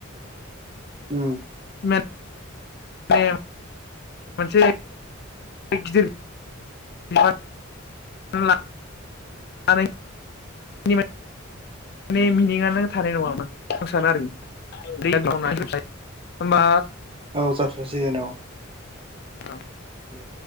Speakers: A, on the right (about 25°); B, on the left (about 50°).
A: उम
B: माने <unintelligible> मोनसे <unintelligible> <unintelligible> मने मिनिङानो थानाय नङामोन आं सानो आरोखि होमबा
A: औ जाथसिगोन औ।
B: औ।
A: दे।